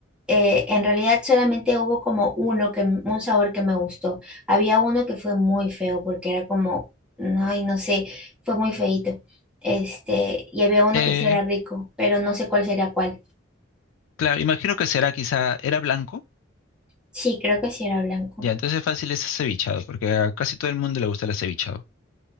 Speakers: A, in the centre; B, on the left.
A: eh, en realidad solamente hubo como uno que, m- un sabor que me gustó. Había uno que fue muy feo porque era como, no, ay, no sé, fue muy feíto. Este, y había uno
B: Eh,
A: que sí era rico, pero no sé cuál sería cuál.
B: claro, imagino que será quizá, era blanco,
A: Sí, creo que sí era blanco.
B: ya, entonces fácil es cevichado, porque a casi todo el mundo le gusta el acevichado.